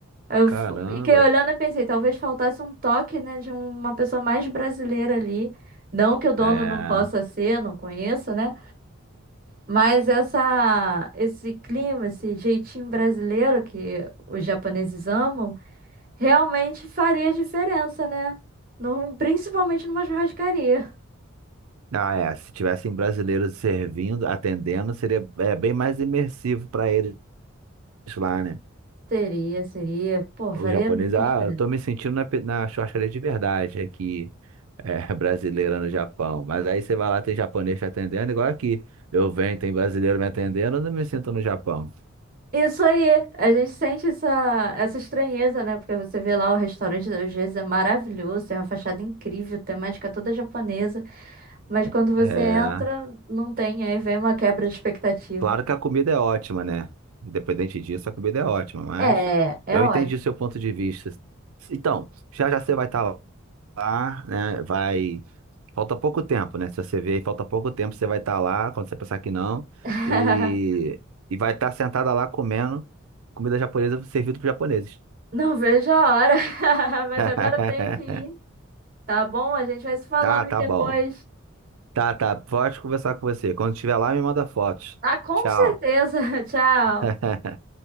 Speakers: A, on the right (about 40°); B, on the right (about 90°).
A: Eu
B: Caramba.
A: fu- fiquei olhando e pensei, talvez faltasse um toque, né, de uma pessoa mais brasileira ali. Não que o dono
B: É.
A: não possa ser, não conheço, né? Mas essa, esse clima, esse jeitinho brasileiro que os japoneses amam. Realmente faria diferença, né? Num, principalmente numa churrascaria.
B: Ah, é. Se tivessem brasileiros servindo, atendendo, seria é, bem mais imersivo para eles lá, né?
A: Seria, seria. Pô, faria
B: O japonês,
A: muita
B: ah,
A: diferença.
B: eu tô me sentindo na, pe- na churrascaria de verdade aqui, é, <laughs> brasileira no Japão. Mas aí você vai lá, tem japonês te atendendo, igual aqui. Eu venho, tem brasileiro me atendendo, eu não me sinto no Japão.
A: Isso aí, a gente sente essa, essa estranheza, né? Porque você vê lá o restaurante, às vezes é maravilhoso, tem uma fachada incrível, temática toda japonesa, mas quando você
B: É,
A: entra, não tem, aí vem uma quebra de expectativa.
B: claro que a comida é ótima, né? Independente disso, a comida é ótima, mas
A: É, é
B: eu
A: ótimo.
B: entendi o seu ponto de vista. Então, já já você vai estar lá, né? Vai. Falta pouco tempo, né? Se você vê aí, falta pouco tempo, você vai estar lá, quando você pensar que não,
A: <laughs>
B: e, e vai estar sentada lá comendo comida japonesa servida para japoneses.
A: Não vejo a hora, <laughs> mas
B: <laughs>
A: agora eu tenho que ir, tá bom? A gente vai se falando
B: Ah,
A: aí
B: tá
A: depois.
B: bom. Tá, tá. Pode conversar com você. Quando estiver lá, me manda fotos.
A: Ah, com
B: Tchau.
A: certeza. <laughs> Tchau.
B: <laughs>